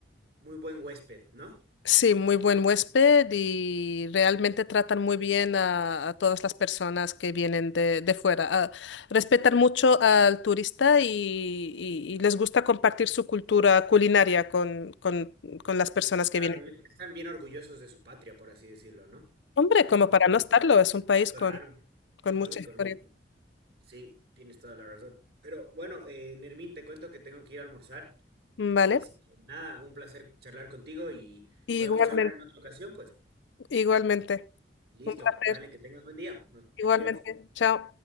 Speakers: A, on the right; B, on the left.
A: muy buen huésped, ¿no?
B: Sí, muy buen huésped y realmente tratan muy bien a, a todas las personas que vienen de, de fuera. Ah, respetan mucho al turista y, y- y les gusta compartir su cultura culinaria con, con- con las personas que
A: Claro,
B: vienen.
A: le- están bien orgullosos de su patria, por así decirlo, ¿no?
B: Hombre, como
A: Entonces,
B: para no
A: pues,
B: estarlo, es un país
A: claro,
B: con, con
A: lógico,
B: mucha historia.
A: lógico. Sí, tienes toda la razón. Pero bueno, eh, Nermín, te cuento que tengo que ir a almorzar.
B: Vale,
A: Así que nada, un placer charlar contigo y
B: igualmente,
A: podemos charlar en otra ocasión, pues.
B: igualmente.
A: Listo,
B: Un placer,
A: dale, que tengas buen día. No-
B: igualmente.
A: Te cuidas.
B: Chao.